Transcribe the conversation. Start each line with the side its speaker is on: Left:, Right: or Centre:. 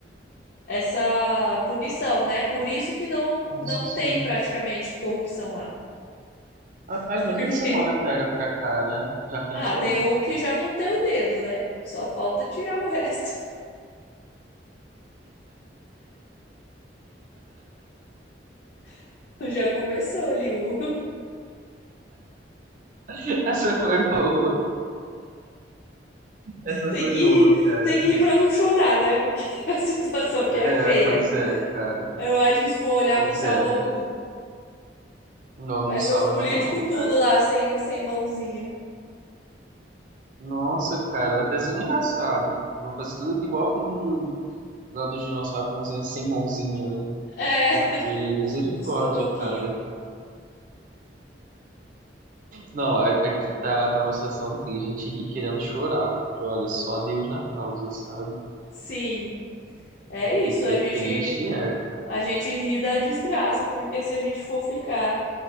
Left: essa punição, né? Por isso que não
Right: Olha
Left: não
Right: só,
Left: tem
Right: sim.
Left: praticamente corrupção lá,
Right: Rapaz,
Left: <laughs>
Right: imagina
Left: porque
Right: se a moda pega pra cá, né? Já pensou?
Left: ah, tem um que já não tem o dedo, né? Só falta tirar o resto. <laughs> Já começou ali o
Right: <laughs> Essa foi boa. Essa
Left: Tem
Right: foi
Left: que
Right: boa,
Left: rir,
Right: cara.
Left: tem que rir pra não chorar, né? Porque <laughs> a situação
Right: É,
Left: que é feia.
Right: pois é, cara.
Left: Eu acho que se for olhar,
Right: Pois
Left: não salva
Right: é.
Left: um.
Right: Não,
Left: Vai
Right: não
Left: ser
Right: salva
Left: os políticos
Right: mesmo, não,
Left: tudo
Right: cara.
Left: lá, sem, sem mãozinha.
Right: Nossa, cara, vai até ser engraçado. Vou fazer tudo que igual foi um lá do dinossauro como assim, sem mãozinha, né?
Left: É, <laughs>
Right: Porque, misericórdia,
Left: com os cotoquinhos.
Right: cara. Não, a- aqui tá, tá uma situação triste, a gente ri querendo chorar, porque olha, só Deus na causa, sabe?
Left: Sim, é
Right: O
Left: isso.
Right: que que
Left: A gente,
Right: é triste é, cara.
Left: a gente ri da desgraça, porque se a gente for ficar